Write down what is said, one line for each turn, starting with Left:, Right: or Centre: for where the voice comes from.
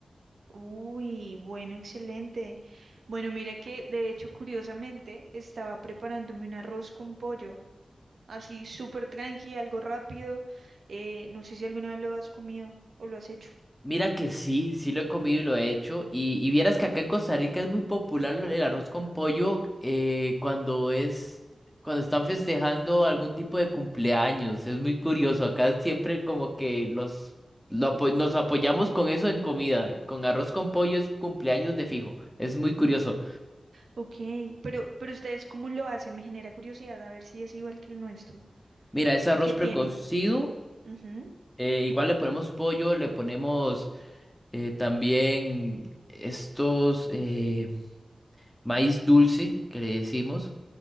Right: Uy, bueno, excelente. Bueno, mira que de hecho, curiosamente, estaba preparándome un arroz con pollo, así súper tranqui, algo rápido. Eh, no sé si alguna vez lo has comido o lo has hecho.
Centre: Mira que sí, sí lo he comido y lo he hecho. Y, y vieras
Right: Ujú.
Centre: que acá en Costa Rica es muy popular lo- el arroz con pollo eh, cuando es, cuando están festejando algún tipo de cumpleaños. Es muy curioso. Acá siempre como que los lo apo- nos apoyamos con eso en comida. Con arroz con pollo es cumpleaños de fijo. Es muy curioso.
Right: Ok, pero, pero ustedes cómo lo hacen, me genera curiosidad a ver si es igual que el nuestro.
Centre: Mira, es arroz
Right: ¿Qué
Centre: precocido.
Right: tiene? Ujú.
Centre: eh, igual le ponemos pollo, le ponemos eh, también estos eh, maíz dulce que le decimos.